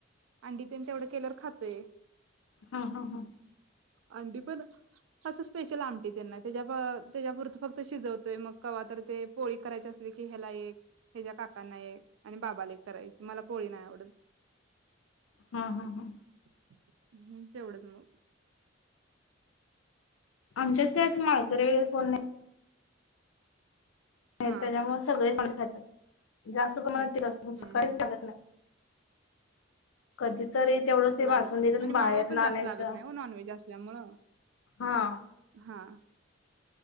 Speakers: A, on the right; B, on the left.
A: अंडी तेन तेवढं केल्यावर खातोय--?
B: हा हा हा.
A: अंडी पण असं स्पेशल आमटी नाही त्याच्यापुरतं फक्त शिजवतोय मगं कवातरी तर ते, पोळी करायची असली की ह्याला एक हच्या काकांना एक आणि बाबाला एक करायची मला पोळी नाही आवडत
B: हा हा हा.
A: हम्म तेवढंच मगं.
B: आमच्यात जास्त माळकरी वगैरे कोण नाही. त्याच्यामुळे
A: हा
B: सगळे. खात्यात. जास्त प्रमाणात
A: खात्यात
B: ते
A: हम्म
B: कहीच
A: हम्म
B: लागत नाही. कधीतरी तेवढंच ते
A: लागत
B: बासुंदी
A: नाही
B: तेन
A: आणि माळवं
B: बाहेर
A: पण
B: न
A: जास्त
B: आणायचं
A: लागत नाही हो नॉनव्हेज असल्यामुळं
B: हा.
A: हा